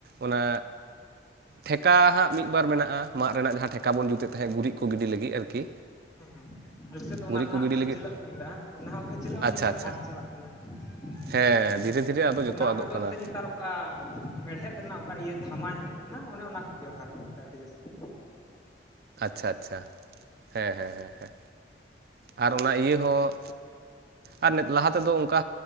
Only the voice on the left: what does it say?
ᱦᱮᱸ ᱦᱮᱸ ᱟᱞᱮ ᱥᱮᱫ ᱫᱚ
ᱚᱱᱟ ᱫᱚ
ᱦᱟᱸᱜ
ᱠᱷᱟᱹᱪᱞᱟᱹᱜ
ᱠᱚ ᱢᱮᱛᱟᱜ-ᱟ ᱚᱱᱟ ᱦᱚᱸ ᱠᱷᱟᱹ ᱠᱷᱟ. ᱪᱟ. ᱞᱟᱹᱜ ᱦᱚᱸ
ᱱᱮᱛᱟᱨ
ᱟᱫ ᱪᱟᱵᱟᱜ ᱠᱟᱱᱟ
ᱟᱫᱚ
ᱚᱱᱟ
ᱵᱚᱫᱚᱞ
ᱛᱮ ᱱᱮᱛᱟᱨ ᱚᱠᱟ ᱢᱮᱲᱦᱮᱫ ᱨᱮᱱᱟᱜ ᱚᱠᱟ ᱤᱭᱟᱹ ᱫᱷᱟᱢᱟ ᱧᱟᱢᱚᱜ ᱠᱟᱱᱟ ᱚᱱᱮ ᱚᱱᱟ ᱠᱚ ᱵᱮᱣᱦᱟᱨ ᱫᱟ ᱟᱹᱰᱤ ᱡᱟᱹᱥᱛᱤ ᱾